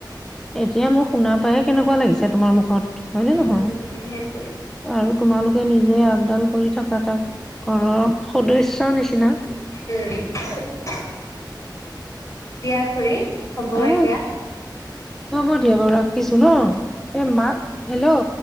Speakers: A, in the centre; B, on the left.
A: এতিয়া মোৰ শুনা পাইয়ে কেনেকুৱা লাগে। তোমাৰ মুখত হয় নে নহয়?
B: উম সেইটোৱে
A: আৰু তোমালোকে নিজে আপডান কৰি থকা তাক ঘৰৰ সদস্য চৰ নিচিনা
B: উম। দিয়া খুশী হ'ব
A: অ
B: এতিয়া।
A: হ'ব দিয়া বাৰু ৰাখিছো ন। এ মাক হেল্ল'